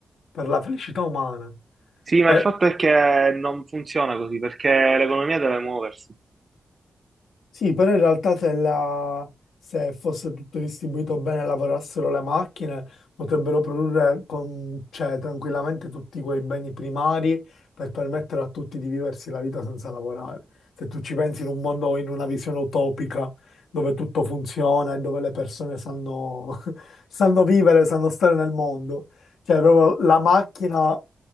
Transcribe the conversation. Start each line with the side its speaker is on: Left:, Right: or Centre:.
Left: per la felicità umana.
Right: Sì, ma
Left: Eh,
Right: il fatto è che non funziona così, perché l'economia deve muoversi.
Left: sì, però in realtà se, la- se fosse tutto distribuito bene e lavorassero le macchine, potrebbero produrre con- cioè, tranquillamente tutti quei beni primari per permettere a tutti di viversi la vita senza lavorare. Se tu ci pensi in un mondo, in una visione utopica, dove tutto funziona e dove le persone sanno <laughs> sanno vivere, sanno stare nel mondo. Cioè, proprio la macchina